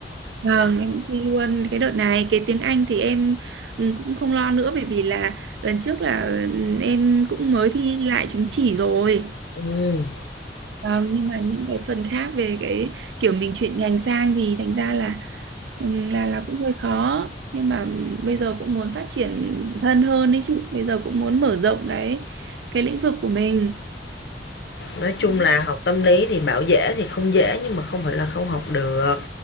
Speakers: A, on the right; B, on the left.
A: Vâng, em cũng thi luôn cái đợt này, cái tiếng Anh thì em ừ, cũng không lo nữa bởi vì là lần trước là ừ, em cũng mới thi lại chứng chỉ rồi.
B: Ừm,
A: Vâng, nhưng mà những cái phần khác về cái kiểu mình chuyển ngành sang thì thành ra là Ừm, là là cũng hơi khó nhưng mà bây giờ cũng muốn phát triển bản thân hơn đấy chị bây giờ cũng muốn mở rộng cái cái lĩnh vực của mình
B: nói chung
A: Đúng.
B: là học tâm lý thì bảo dễ thì không dễ nhưng mà không phải là không học được,